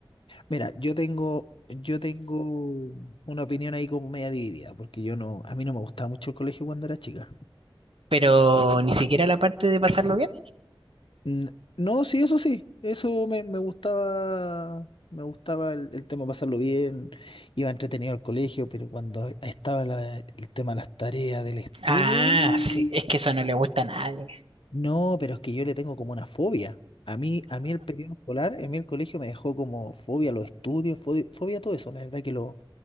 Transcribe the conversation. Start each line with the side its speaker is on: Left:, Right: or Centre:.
Left: Mira, yo tengo, yo tengo una opinión ahí como media dividida, porque yo no, a mí no me gustaba mucho el colegio cuando era chica.
Right: pero ni siquiera la parte de pasarlo bien.
Left: N- No, sí, eso sí, eso me, me gustaba, me gustaba el, el tema pasarlo bien, iba entretenido al colegio, pero cuando estaba la- el tema de las tareas del estudio,
Right: Ah,
Left: uh,
Right: sí, es que eso no le gusta a nadie.
Left: no, pero es que yo le tengo como una fobia. A mí, a mí el periodo escolar, a mí el colegio me dejó como fobia a los estudios, fobia, fobia a todo eso. La verdad que lo,